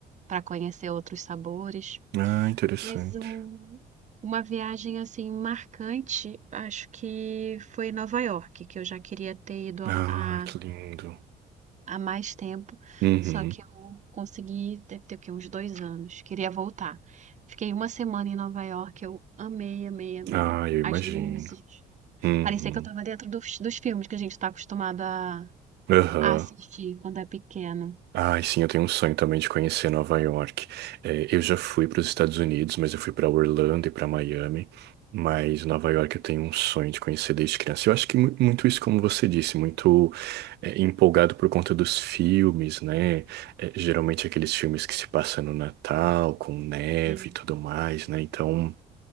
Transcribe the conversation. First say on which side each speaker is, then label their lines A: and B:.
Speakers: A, on the right; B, on the right.
A: para conhecer outros sabores.
B: Ah, interessante.
A: Mas um- uma viagem assim marcante, acho que foi Nova York, que eu já queria ter ido a,
B: Ah,
A: a
B: que lindo.
A: há mais tempo,
B: Uhum.
A: só que eu consegui, deve ter o quê? Uns dois anos. Queria voltar. Fiquei uma semana em Nova York, eu amei, amei, amei.
B: Ah, eu imagino.
A: As luzes.
B: Uhum.
A: Parecia que eu estava dentro dos, dos filmes que a gente está acostumado a,
B: Aham.
A: a assistir quando é pequeno.
B: Ai, sim, eu tenho um sonho também de conhecer Nova York. É, eu já fui para os Estados Unidos, mas eu fui para Orlando e para Miami. Mas Nova York eu tenho um sonho de conhecer desde criança. Eu acho que mu- muito isso, como você disse, muito é, empolgado por conta dos filmes, né? É, geralmente aqueles filmes que se passam no Natal, com neve
A: E,
B: e tudo mais, né? Então